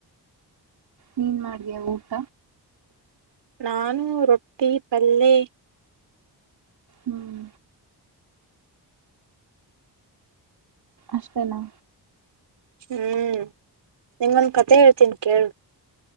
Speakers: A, on the right (about 65°); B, on the right (about 85°).
A: ನೀನ್ ಮಾಡ್ ದ್ಯಾ ಊಟ
B: ನಾನು ರೊಟ್ಟಿ ಪಲ್ಲೆ
A: ಹ್ಮ್ ಅಷ್ಟೇನಾ
B: ಹ್ಮ್ ನಿಂಗೊಂದ್ ಕತೆ ಹೇಳ್ತೀನಿ ಕೇಳ್